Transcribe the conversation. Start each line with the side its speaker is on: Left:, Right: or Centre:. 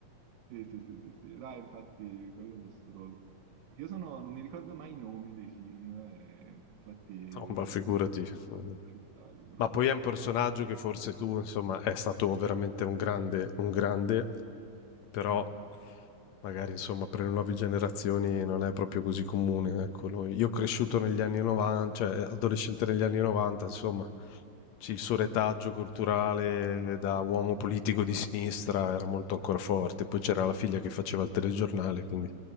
Right: Sì, sì, sì, sì, sì. Là, infatti, quello mostruoso. Perché io sono, non mi ricordo mai i nomi dei film, eh, infatti,
Left: No, ma
Right: <laughs>
Left: figurati. mm.
Right: eh, però...
Left: Ma poi è un personaggio che forse tu, insomma, è stato veramente un grande, un grande, però
Right: Mhm.
Left: magari, insomma, per le nuove generazioni non è proprio così comune, ecco, noi- Io ho cresciuto negli anni 90, cioè adolescente negli anni 90, insomma, Sì, il suo
Right: Sì,
Left: retaggio culturale eh, da uomo politico di sinistra era molto ancora forte. Poi c'era la figlia che faceva il telegiornale, quindi